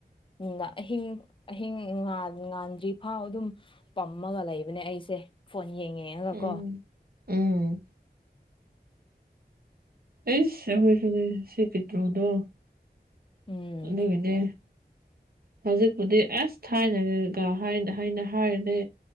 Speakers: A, on the left (about 30°); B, on the right (about 60°).
A: ꯅꯨꯡꯅ ꯑꯍꯤꯡ ꯑꯍꯤꯡ ꯉꯥꯟ ꯉꯥꯟꯗ꯭ꯔꯤ ꯐꯥꯎ ꯑꯗꯨꯝ ꯄꯝꯃꯒ ꯂꯩꯕꯅꯦ ꯑꯩꯁꯦ ꯐꯣꯟ ꯌꯦꯡꯉꯒ
B: ꯎꯝ
A: ꯀꯣ
B: ꯎꯝ ꯑꯩꯁ ꯍꯣꯏ ꯁꯦ ꯁꯤ ꯕꯤꯇ꯭ꯨꯔ ꯗꯣ
A: ꯎꯝ
B: ꯑꯗꯨꯒꯤꯅꯦ ꯍꯧꯖꯤꯛꯄꯨꯗꯤ ꯑꯁ ꯊꯥꯏꯅꯒ ꯍꯥꯏꯅ ꯍꯥꯏꯔꯗꯤ